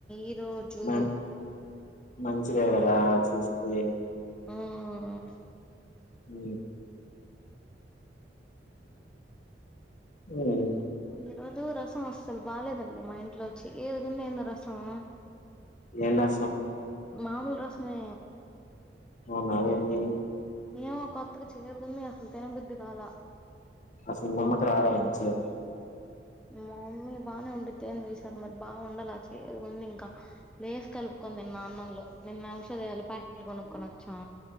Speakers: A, in the centre; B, on the left.
A: ఇ రోజు
B: మం- మంచిదే కదా చూస్తే
A: ఆఓ
B: ఉ ఉమ్,
A: ఈ రోజు రసం అస్తలు బాలేదండి మా ఇంట్లో చి ఎదుకున్న ఎంత రసము
B: ఏనా
A: మామూలు రసమే
B: అవును అదేంది
A: ఏ కొత్త చేదుగుంది అసలు తినబుద్ది కాల
B: అసలు మీ అమ్మ కి రాధ అండ్ చేయడం
A: మా మమ్మీ బాగానే వండిద్ది ఈసారి మరి బాగ వందల ఆ చేదుగ ఉంది ఇంక లేస్ కలుపుకోంది నా అన్నంలో నిన్న ఔషధలు ప్యాకెట్లు కొనుక్క్కకున్న చ